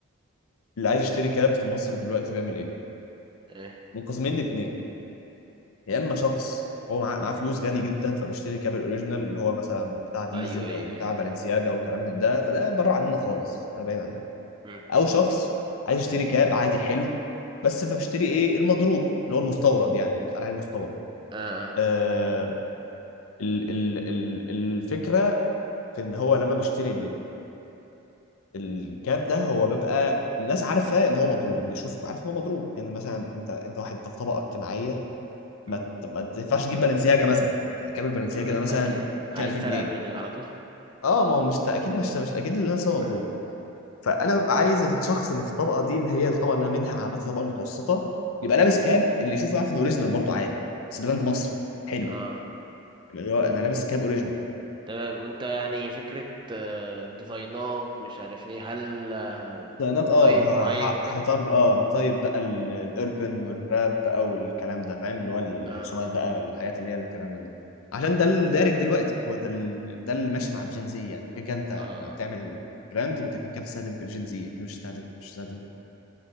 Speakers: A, on the left; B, on the right.
A: اللي عايز يشتري كاب في مصر دلوقتي بيعمل ايه؟
B: ايه
A: منقسمين لاتنين يا اما شخص هو معاه معاه فلوس غني جدا فبيشتري كاب الاوريجينال اللي هو مثلا بتاع ديزل
B: ايوه ايوه
A: او بتاع
B: ايوه
A: بالنسياجا وكلام من ده فده بره عننا خالص ده بعيد عننا
B: مم.
A: او شخص عايز يشتري كاب عادي حلو بس فبيشتري ايه المضروب اللي هو المستورد يعني اللي بيتقال عليه المستورد
B: اه
A: آه ال ال ال الفكره في ان هو لما بيشتري الكات ده هو بيبقى الناس عارفه ان هو مضروب اللي بيشوف عارف ان هو مضروب لان يعني مثلا انت انت واحد انت في طبقه اجتماعيه ما
B: مم.
A: ت- ما تنفعش تجيب بالنسياجه مثلا يعني كامل بالنسياجه
B: اما انت
A: ده مثلا
B: اكيد هيتسرق
A: 20000 جنيه
B: منك على طول
A: اه ما هو مش تا- اكيد مش مش اكيد اللي الناس هو
B: اه
A: مضروب فانا ببقى عايز الشخص اللي في الطبقه دي اللي هي الطبقه اللي أنا منها عامه طبقه متوسطه يبقى
B: مم.
A: لابس كاب اللي يشوفه يعرف انه اوريجينال برضه عادي بس براند مصري حلو
B: اه
A: يعني اللي هو انا لابس كاب اوريجينال
B: تمام وانت يعني فكرة آه، ديزاينات مش عارف ايه هل آه،
A: الصيانات اه
B: طيب
A: ه-
B: معين
A: ه-
B: وكده
A: هترج اه طيب بقى ال- الاربن والراب بقى والكلام ده فاهم اللي هو الرسومات
B: اه
A: بقى الحاجات اللي هي الكلام من ده عشان ده الدارج دلوقتي هو ده ال- ده اللي ماشي مع الجين زي يعني كده كده انت
B: اه
A: لما بتعمل براند انت كده كده بتستهدف جين زي اكيد مش هتستهدف مش هتستهدف